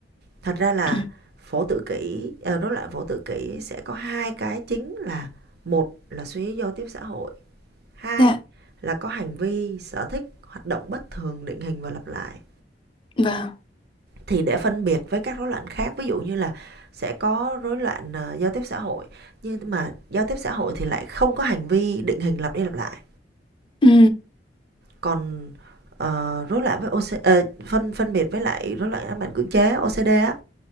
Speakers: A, on the right; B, on the left.
A: thật ra là
B: <clears throat>
A: phổ tự kỷ, ờ, rối loạn phổ tự kỷ sẽ có hai cái chính là một là suy nghĩ giao tiếp xã hội, hai
B: dạ
A: là có hành vi sở thích hoạt động bất thường định hình và lặp lại.
B: vâng
A: Thì để phân biệt với các rối loạn khác, ví dụ như là sẽ có rối loạn ờ, giao tiếp xã hội, nhưng mà giao tiếp xã hội thì lại không có hành vi định hình lặp đi lặp lại
B: ừ
A: Còn, ờ, rối loạn với OC ờ, phân phân biệt với lại rối loạn ám ảnh cưỡng chế OCD á